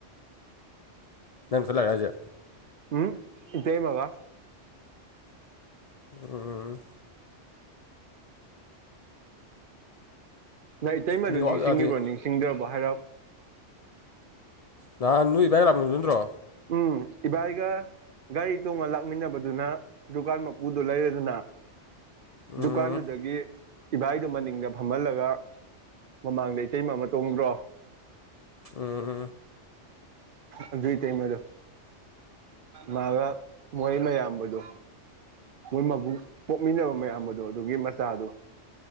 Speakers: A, on the left; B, on the right.
A: ꯅꯪꯁꯨ ꯂꯛꯏꯔꯣ ꯍꯥꯏꯖꯦ
B: ꯎꯝ ꯏꯇꯩꯃꯒꯥ
A: ꯎꯝ
B: ꯅꯪ ꯏꯇꯩꯃꯗꯨ
A: ꯅꯦꯠꯋꯥꯛ
B: ꯅꯤꯡꯁꯤꯡꯉꯤꯕ꯭ꯔꯣ
A: ꯌꯥꯗꯦ
B: ꯅꯤꯡꯁꯤꯡꯗ꯭ꯔꯥꯕꯣ ꯍꯥꯏꯔꯣꯛ
A: ꯅꯍꯥꯟ ꯅꯣꯏ ꯏꯕꯥꯏ ꯂꯥꯛꯃꯤꯟꯅꯕꯥꯗꯣ ꯅꯠꯇ꯭ꯔꯣ
B: ꯎꯝ ꯏꯕꯥꯏꯒ ꯒꯥꯔꯤ ꯇꯣꯡꯉ ꯂꯥꯛꯃꯤꯟꯅꯕꯗꯨꯅ ꯗꯨꯀꯥꯟ ꯃꯄꯨꯗꯣ ꯂꯩꯔꯦꯗꯅ
A: ꯎꯝ
B: ꯗꯨꯀꯥꯟꯗꯨꯗꯒꯤ ꯏꯕꯥꯏꯒ ꯃꯅꯤꯡꯗ ꯐꯝꯍꯜꯂꯒ ꯃꯃꯥꯡꯗ ꯏꯇꯩꯃ ꯑꯃ ꯇꯣꯡꯗ꯭ꯔꯣ
A: ꯎꯝ
B: ꯑꯗꯨꯏ ꯏꯇꯩꯃꯗꯣ ꯃꯥꯒ ꯃꯣꯏ ꯃꯌꯥꯝꯕꯗꯣ ꯃꯣꯏ ꯃꯕꯨꯡ ꯄꯣꯛꯃꯤꯟꯅꯕ ꯃꯌꯥꯝꯕꯗꯣ ꯑꯗꯨꯒꯤ ꯃꯆꯥꯗꯣ